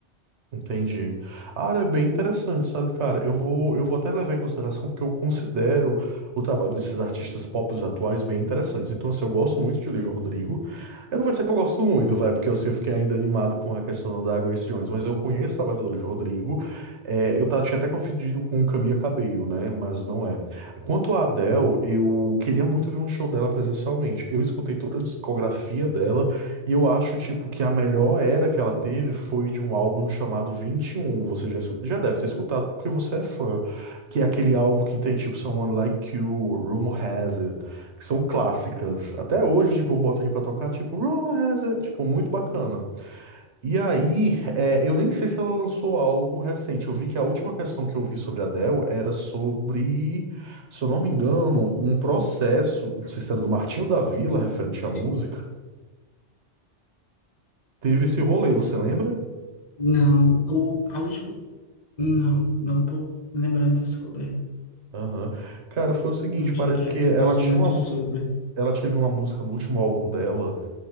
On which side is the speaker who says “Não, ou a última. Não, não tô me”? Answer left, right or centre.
Left